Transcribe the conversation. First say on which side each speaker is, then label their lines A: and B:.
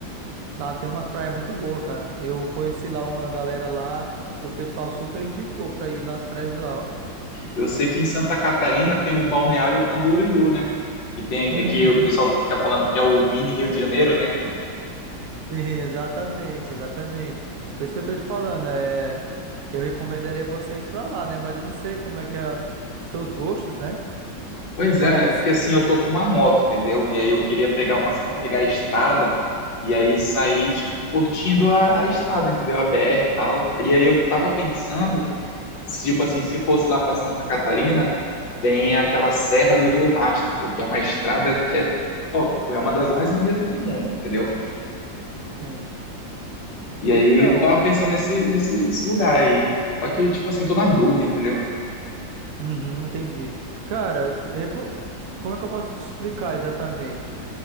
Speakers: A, on the right; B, on the left.
A: Lá tem umas praias muito boas, cara. Eu conheci lá uma galera lá e o pessoal super indicou para ir lá nas praias de lá, ó.
B: Eu sei que em Santa Catarina tem o Balneário Camboriú, né? Que tem,
A: Uhum,
B: é que o pessoal fica falando que é o mini Rio de Janeiro, né?
A: <laughs> sim, exatamente, exatamente. Por isso que eu tô te falando, é, eu recomendaria você ir para lá, né? Mas eu não sei como é que é seus gostos, né?
B: Pois
A: Mas.
B: é, mas é porque assim eu tô com uma moto, entendeu? E aí eu queria pegar
A: Sim.
B: uma assim pra pegar a estrada e aí sair, tipo, curtindo a, a estrada, entendeu? A BR e tal. E aí eu tava pensando, se, tipo
A: Uhum,
B: assim, se fosse lá pra Santa Catarina, tem aquela Serra do Rio Rastro, pô, que é uma estrada que é top, pô, é uma das mais bonitas do mundo, entendeu?
A: sim.
B: E aí
A: Então,
B: eu tava pensando nesse, nesse, nesse lugar aí. Só que, tipo assim, tô na dúvida, entendeu?
A: uhum, entendi. Cara, reco- como é que eu posso te explicar exatamente?